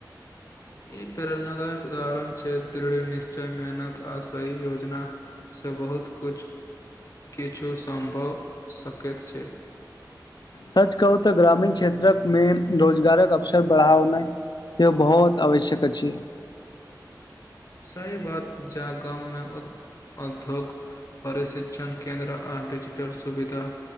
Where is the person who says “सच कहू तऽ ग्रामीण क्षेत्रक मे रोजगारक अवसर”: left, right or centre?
Left